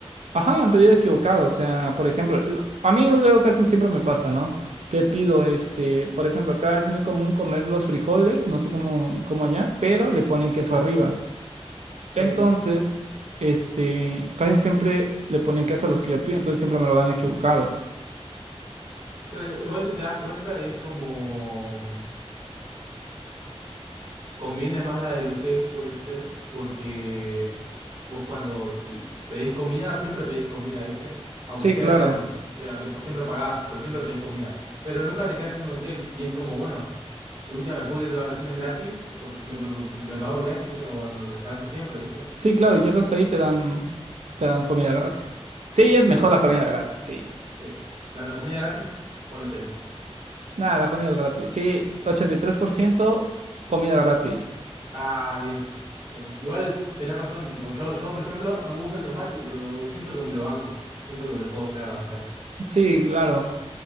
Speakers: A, on the right (about 85°); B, on the right (about 70°).
A: Ajá, han pedido equivocado. O sea, por ejemplo, l- a mí luego casi siempre me pasa, ¿no? Que pido, este, por ejemplo, acá es muy común comer los frijoles, no sé cómo, cómo allá, pero le ponen queso arriba.
B: Sí.
A: Entonces, este, casi siempre le ponen queso a los que yo pido, entonces siempre me lo dan equivocado.
B: Claro, igual si te das cuenta es como... Conviene más la del hotel, puede ser, porque vos cuando l- pedís comida, siempre pedís comida, ¿viste? Aunque
A: Sí,
B: sea
A: claro.
B: gratis, o sea, aunque pa- siempre pagás, pero siempre pedís comida. Pero nunca te quedás en un hotel y es como, bueno, de última me puedo ir de vacaciones gratis porque me, me- me- me pago el viaje y ya tengo don- donde estancia siempre, ¿viste?
A: Sí, claro, y llegas ahí y te dan, te dan comida gratis. Sí, es
B: Claro.
A: mejor la comida gratis, sí.
B: sí, eh, ¿la la comida gratis o el hotel?
A: Nada, la comida es gratis. Sí, 83% comida gratis.
B: Ah, bien. Bien, bien. Igual tenés razón, tipo, yo, yo por ejemplo no me gusta el tomate, pero siento que me lo banco, siento que me lo puedo llegar a bancar.
A: Sí, claro.